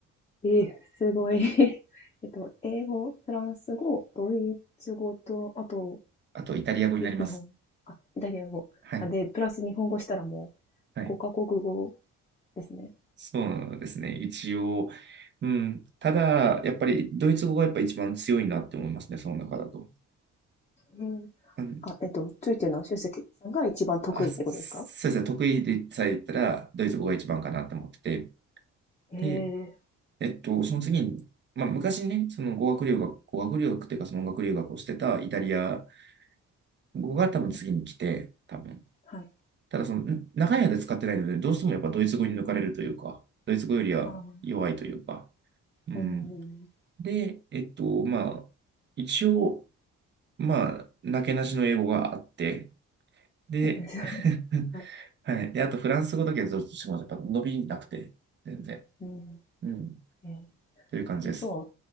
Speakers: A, on the left; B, on the right.
A: ええ、すごい。<laughs> えっと、英語、フランス語、ドイツ語と、あと、
B: あと、イタリア語になります。
A: あ、よ日本、あ、イタリア語。
B: はい。
A: あ、で、プラス日本語したらもう
B: はい。
A: 5カ国語ですね。
B: そうですね。一応、うん。ただ、やっぱり、ドイツ語がやっぱ一番強いなって思いますね、その中だと。
A: うん。
B: うん。
A: あ、えっと、ついてるのは修介さんが一番得意ってことですか
B: あ、そそうですね。得意でさえ言ったら、ドイツ語が一番かなって思ってて。
A: へえ、
B: で、えっと、その次に、まあ、昔ね、その語学留学、語学留学っていうか、その音楽留学をしてたイタリア語が多分次に来て、
A: うん、
B: 多分。
A: はい。
B: ただ、その、ん長い間使ってないので、どうしてもやっぱドイツ語に抜かれるというか、ドイツ語よりは弱いというか、
A: ああ、
B: うん。
A: うんうん
B: で、えっと、まあ、一応、まあ、なけなしの英語があって、で、
A: <laughs>
B: <laughs>
A: はい。
B: はい。で、あとフランス語だけはどうしてもやっぱ伸びなくて、全然。
A: うん。
B: うん。
A: えー
B: という感じです。
A: でもそう